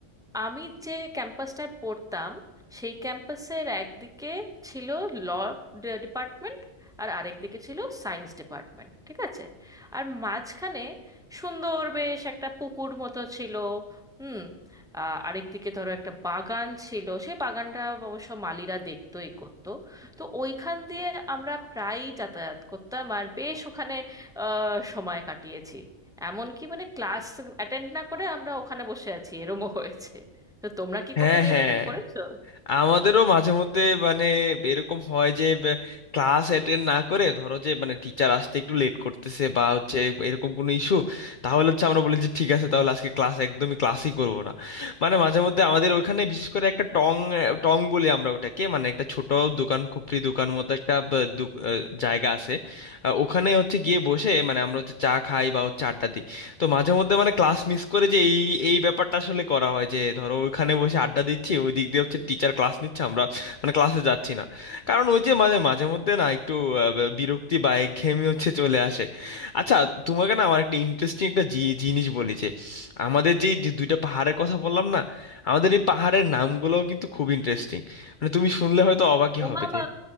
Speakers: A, in the centre; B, on the left.
A: আমি যে ক্যাম্পাসটায় পড়তাম সেই ক্যাম্পাসের একদিকে ছিল ল ডিপার্টমেন্ট আর আরেকদিকে ছিল সায়েন্স ডিপার্টমেন্ট ঠিক আছে আর মাঝখানে সুন্দর বেশ একটা পুকুর মতো ছিল হুম আ- আরেকদিকে ধরো একটা বাগান ছিল সেই বাগানটা অবশ্য মালিরা দেখতো এই করতো তো ওইখান দিয়ে আমরা প্রায়ই যাতায়াত করতাম আর বেশ ওখানে আহ, সময় কাটিয়েছি এমনকি মানে ক্লাস অ্যাটেন্ড না করে আমরা ওখানে বসে আছি এরমও হয়েছে তো তোমরা কি
B: হ্যাঁ
A: কখনো
B: হ্যাঁ
A: এরকম করেছো
B: আমাদেরও মাঝে মধ্যে মানে এরকম হয় যে ক্লাস অ্যাটেন্ড না করে ধরো যে মানে টিচার আসতে একটু লেট করতেছে বা হচ্ছে এরকম কোনো ইস্যু তাহলে হচ্ছে আমরা বলি যে ঠিক আছে তাহলে আজকে ক্লাস একদমই ক্লাসই করব না মানে মাঝে মধ্যে আমাদের ওখানে বিশেষ করে একটা টং আহ, টং বলি আমরা ওটাকে মানে একটা ছোট দোকান খুপড়ি দোকান মতো একটা আহ, দু- আহ, জায়গা আছে আহ, ওখানে হচ্ছে গিয়ে বসে মানে আমরা হচ্ছে চা খাই বা হচ্ছে আড্ডা দিই তো মাঝে মধ্যে মানে ক্লাস মিস করে যে এই এই ব্যাপারটা আসলে করা হয় যে ধরো ওইখানে বসে আড্ডা দিচ্ছি ওই দিক দিয়ে হচ্ছে টিচার ক্লাস নিচ্ছে আমরা মানে ক্লাসে যাচ্ছি না কারণ ওই যে মানে মাঝে মধ্যে না একটু আহ, ব- বিরক্তি বা একঘেয়েমি হচ্ছে চলে আসে আচ্ছা তোমাকে না আমার একটা ইন্টারেস্টিং একটা জি- জিনিস বলি যে আমাদের যে যে দুইটা পাহাড়ের কথা বললাম না আমাদের এই পাহাড়ের নামগুলোও কিন্তু খুব ইন্টারেস্টিং মানে তুমি শুনলে হয়তো অবাকই
A: ও
B: হবে
A: মামা